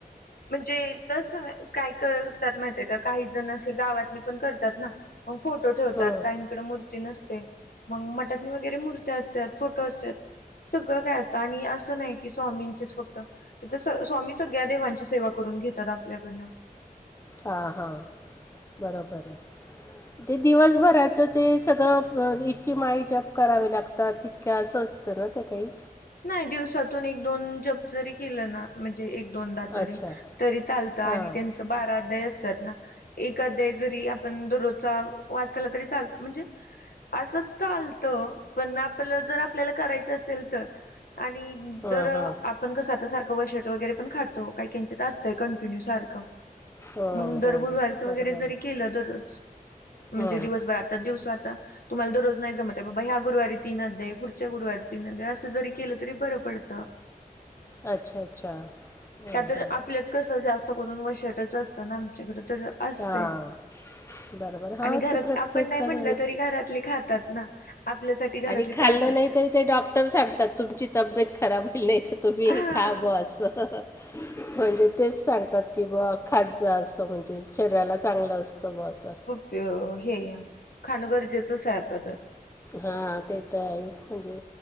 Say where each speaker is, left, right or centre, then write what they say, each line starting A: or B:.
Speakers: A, on the left (about 75°); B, on the left (about 20°).
A: म्हणजे तसं नाय काय करतात माहित आहे का काही जण अशे गावात पण करतात ना मग फोटो ठेवतात
B: हं.
A: काही इकडं मूर्ती नसते मग मठातनी वगैरे मूर्तीया असत्यात फोटो असत्यात. सगळं काय असतं आणि असं नाही कि स्वामींचेच फक्त ते स स्वामी सगळ्या देवांची सेवा करून घेतात आपल्याकडनं.
B: हां हां बरोबर आहे.
A: <inaudible>
B: ते दिवसभराचं ते सगळं पण इतकी माळी जप करावे लागतात तित के असं असतं ना ते काही.
A: नाही दिवसातून एक दोन जप जरी केलं ना म्हणजे एक दोन दा तरी
B: अच्छा
A: तरी चालतं आणि
B: हां
A: त्यांचं बारा अध्याय असत्यात ना एक अध्याय जरी आपण दररोजचा वाचला तरी चालतं म्हणजे असंच चालतं पण आपलं जर आपल्याला करायचं असेल तर आणि
B: हां
A: जर आप
B: हां
A: पण कसं आता सारखं सारखं वशट वगैरे पण खातो काय किंचित असतंय कंटिन्यू सारखं
B: हो
A: मंग दर
B: हो
A: गुरुवारचं
B: बरोबर
A: वगैरे जरी
B: आहे
A: केलं दररोज म्हणजे
B: हो
A: दिवसभर आता दिवसा आता तुम्हाला दररोज नाही जमत आहे बाबा ह्या गुरुवारी तिन अध्याय पुढच्या गुरुवारी तीन अध्याय असं जरी केलं तरी बरं पडतं.
B: अच्छा अच्छा हो
A: त्यातून
B: काय.
A: आपल्यात कसं जास्त करून वशटच असतं ना आमच्याकडं तर असतय
B: हां बरोबर हा
A: आणि घरात
B: ते प्रत्येक
A: आपण नाही म्हटलं
B: जण
A: तरी घरातले खातात ना. आपल्यासाठी घरातली
B: आणि खाल्लं
A: पाळतात
B: नाहीतरी
A: का
B: ते डॉक टर सांगतात तुमची तब्येत खराब होयले तर तुम्ही
A: हा
B: हे खा बं असं. म्हणजे तेच सांगतात कि बा खात जा असं म्हणजे शरीराला चांगलं असतं ब असं.
A: प्यो हे अ खाणं गरजेचंच आहे आता तर.
B: हा ते तर आहे म्हणजे